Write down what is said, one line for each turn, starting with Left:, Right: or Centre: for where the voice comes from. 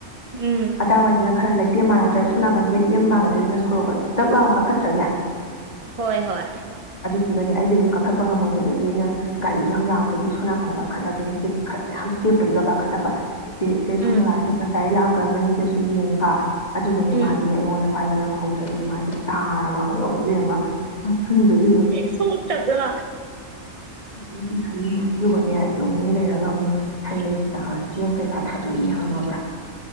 Right: ꯎꯝ
Left: ꯑꯗꯥꯋꯥꯏꯗꯅ ꯈꯔ ꯂꯩꯇꯦꯝ ꯃꯥꯟꯅꯗ꯭ꯔ ꯁꯣꯝ ꯅꯥꯀꯟꯒꯤ ꯂꯩꯇꯦꯝ ꯃꯥꯟꯅꯗꯦꯗꯅ ꯁꯣꯔꯣꯛꯀ ꯗꯛ ꯂꯥꯎ ꯀꯥꯈꯠꯇ꯭ꯔꯅꯦ
Right: ꯍꯣꯏ ꯍꯣꯏ
Left: ꯑꯗꯨꯒꯅꯦ ꯑꯩꯒꯤ ꯑꯗꯨ ꯀꯥꯈꯠꯄ ꯉꯝꯃꯣꯏꯗꯕꯒꯤ ꯑꯩꯅ ꯒꯥꯔꯤꯁꯨ ꯌꯥꯝ ꯂꯥꯛꯄꯒꯤ ꯁꯣꯅꯥꯀꯟꯗ ꯀꯥꯈꯠꯂꯒꯦꯅꯦ ꯍꯦꯛ ꯃꯌꯥꯝ ꯆꯦꯞꯄꯗꯨꯒ ꯀꯥꯈꯠꯂꯕ ꯆ‌ꯦ ꯆ‌ꯦ ꯁ‌ꯣꯃ‌ꯣꯂꯥ
Right: ꯎꯝ
Left: ꯁꯤꯅ ꯒꯥꯔꯤ ꯂꯥꯛꯄ꯭ꯔꯥ ꯃꯅꯤꯡꯗꯁꯨ ꯌꯦꯡꯕ ꯑꯗꯨꯒꯅꯦ
Right: ꯎꯝ
Left: ꯃꯥꯗꯤꯅꯦ ꯑꯩꯉꯣꯟꯗ ꯄꯥꯏꯕ ꯅꯪꯍꯧꯗ꯭ꯔꯕꯅꯦ ꯃꯥꯁꯦ ꯇꯥꯔꯕ ꯈꯪꯉꯕ ꯏꯕ‌ꯦꯝꯃ ꯃꯊꯟꯗꯨꯗ
Right: ꯁ‌ꯣꯛꯇꯕ꯭ꯔꯣ
Left: ꯑ ꯏꯁꯤ ꯆꯠꯅꯤ ꯑꯗꯨꯒꯅꯦ ꯅꯣꯡꯅꯤ ꯂꯩꯔꯒ ꯑꯃꯨꯛ ꯍꯩ ꯂꯩꯇ ꯆꯦꯡ ꯀꯩꯀꯥ ꯊꯥꯗꯣꯛꯏꯅꯦ ꯈꯪꯉꯕ꯭ꯔꯥ